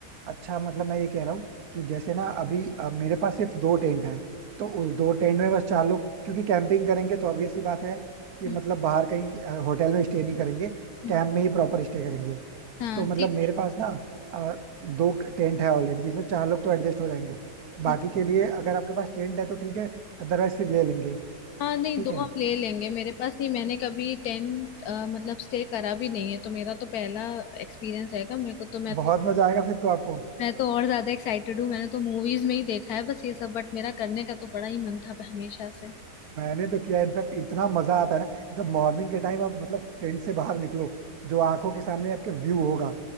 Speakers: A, on the right; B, on the left.
A: अच्छा मतलब मैं ये कह रहा हूँ कि जैसे ना अभी अ, मेरे पास सिर्फ दो टेंट है तो उस दो टेंट में बस चार लोग क्योंकि कैंपिंग करेंगे तो ऑब्वियस सी बात है कि
B: हम्म
A: मतलब बाहर कहीं होटल में स्टे नहीं करेंगे
B: हम्म
A: कैंप में ही प्रॉपर स्टे करेंगे
B: हाँ
A: तो मतलब
B: ठीक
A: मेरे
B: है
A: पास ना अ, दो टेंट है ऑलरेडी जिसमें चार लोग तो एडजस्ट हो जाएंगे बाकी
B: हम्म।
A: के लिए अगर आपके पास टेंट है तो ठीक है अदरवाइज फिर ले लेंगे
B: हाँ नहीं
A: ठीक
B: दो
A: है
B: हम ले लेंगे मेरे पास नहीं मैंने कभी टेंट मतलब स्टे करा भी नहीं है तो मेरा तो पहला एक्सपीरियंस रहेगा मेरे को तो मैं
A: बहुत
B: तो
A: मजा आएगा फिर तो आपको
B: मैं तो और ज्यादा एक्साइटेड हूँ मैंने तो मूवीज में ही देखा है बस ये सब बट मेरा करने का तो बड़ा ही मन था हमेशा से
A: मैंने तो किया इनफैक्ट इतना मजा आता है ना जब मॉर्निंग के टाइम आप मतलब टेंट से बाहर निकलो जो आंखों के सामने आपके व्यू होगा